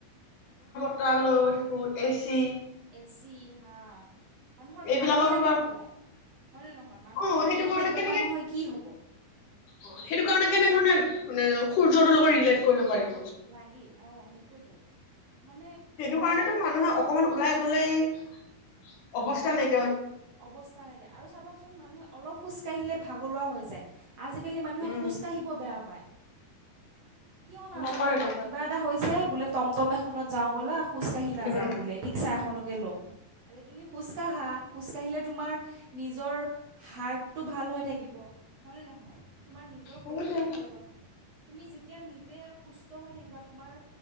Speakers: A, on the left; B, on the right.
A: তাহ লৈও থাকোঁ, এ চি।
B: এ চি, হা। মানুহৰ
A: এইবিলাকৰ
B: ঘামবিলাকে
A: পৰা
B: নোলায়, হয়নে নহয়? মানুহৰ
A: অ
B: মধুমেদ
A: সেইটো কাৰণে কেনেকে
B: বেমাৰ নহয় কি হ'ব?
A: অ' সেইটো কাৰণে কেনেধৰণে- মানে সূৰ্যটোৰ লগত ৰিলেট কৰিব পাৰি
B: লাগি, অ' সেইটোৱেতো। মানে
A: সেইটো কাৰণেটো মানুহে অকণমান ওলাই <unintelligible> অৱস্থা নাই
B: অৱস্থা নাইকিয়া আৰু চাবাচোন মানুহে অলপ খোজকাঢ়িলে ভাগৰুৱা হৈ যায়। আজিকালি মানুহে
A: উম,
B: খোজ কাঢ়িব বেয়া পাই। কিয় নাজানো
A: নকৰে
B: মই
A: নকৰে
B: কিবা এটা হৈছে বোলে টমটমে খনত যাওঁ ব'লা। খোজকাঢ়ি নাযাওঁ
A: উম,
B: বুলি ৰিক্সাখনক গেল আৰে তুমি খোজ কাঢ়া। খোজকাঢ়িলে তোমাৰ নিজৰ হাৰ্টটো ভাল হৈ থাকি ব হয় নে নহয়? তোমাৰ নিজৰ
A: হ'ব
B: শৰীৰটোৱে
A: দে
B: ভাল হ'ব তুমি যে এতিয়া নিজে সুস্থ হৈ থাকিবা তোমাৰ